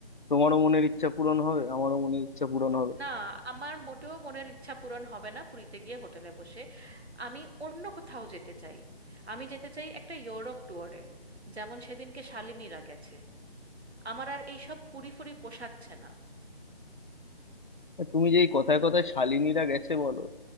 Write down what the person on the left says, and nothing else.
তোমারও মনের ইচ্ছা পূরণ হবে আমারও মনের ইচ্ছা পূরণ হবে
আর তুমি যে এই কথায় কথায় শালিনীরা গেছে বলো